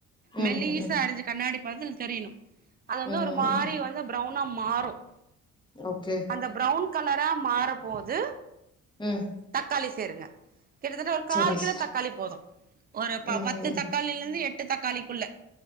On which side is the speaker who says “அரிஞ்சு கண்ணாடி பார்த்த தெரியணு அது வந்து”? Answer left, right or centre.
Right